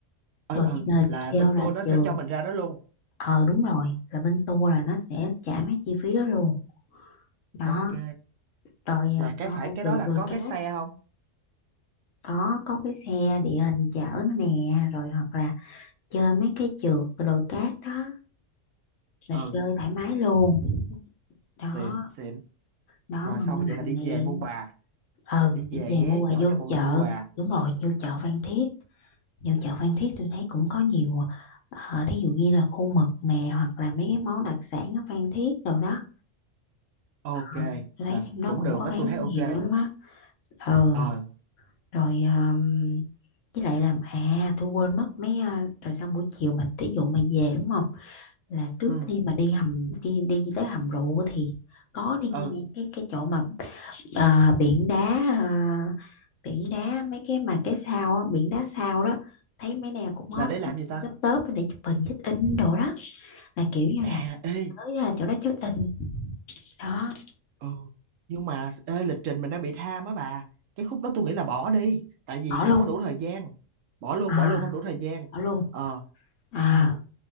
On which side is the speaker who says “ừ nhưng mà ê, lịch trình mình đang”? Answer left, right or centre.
Right